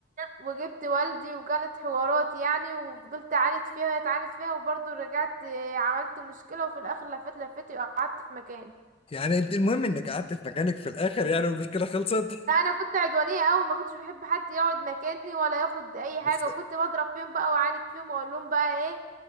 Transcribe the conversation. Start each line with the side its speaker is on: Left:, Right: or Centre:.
Right: وجبت والدي وكانت حوارات يعني وفضلت أعاند فيها وهي تعاند فيها وبرضه رجعت آه، عملت مشكلة وفي الآخر لفيت لفتي وقعدت في مكاني
Left: يعني انت المهم انك قعدت في مكانك في الاخر يعني والمشكله خلصت
Right: لا انا كنت عدوانيه قوي ما كنتش بحب حد يقعد مكاني ولا ياخد اي
Left: بس
Right: حاجه وكنت بضرب فيهم بقى واعاند فيهم واقول لهم بقى ايه